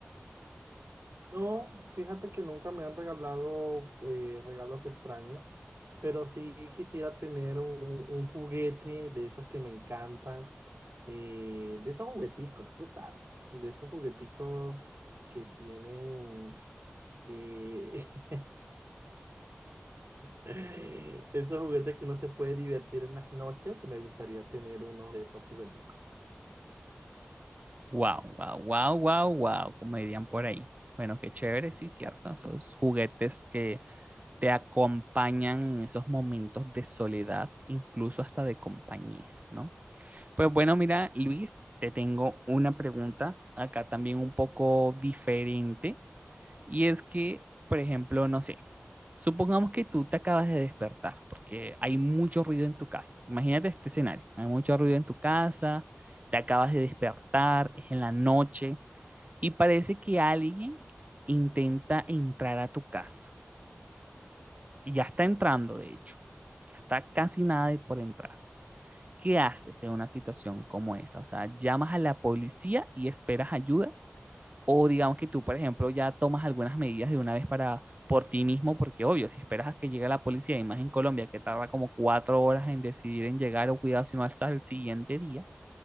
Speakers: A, on the right; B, on the right.
A: No, fíjate que nunca me han regalado eh, regalos extraños, pero sí quisiera tener un, un- un juguete de esos que me encantan, eh, de esos jugueticos, tú sabes, de esos jugueticos que tienen, eh, <laughs> esos juguetes que uno se puede divertir en las noches, me gustaría tener uno de esos jugueticos.
B: Wow, wow, wow, wow, wow, como dirían por ahí. Bueno, qué chévere, sí, cierto. Esos juguetes que te acompañan en esos momentos de soledad, incluso hasta de compañía, ¿no? Pues bueno, mira, Luis, te tengo una pregunta acá también un poco diferente. Y es que, por ejemplo, no sé, supongamos que tú te acabas de despertar porque hay mucho ruido en tu casa. Imagínate este escenario, hay mucho ruido en tu casa, te acabas de despertar, es en la noche y parece que alguien intenta entrar a tu casa. Y ya está entrando, de hecho. Ya está casi nada de por entrar. ¿Qué haces en una situación como esa? O sea, llamas a la policía y esperas ayuda o digamos que tú, por ejemplo, ya tomas algunas medidas de una vez para por ti mismo, porque obvio, si esperas a que llegue la policía, y más en Colombia, que tarda como cuatro horas en decidir en llegar o cuidado, sino hasta el siguiente día,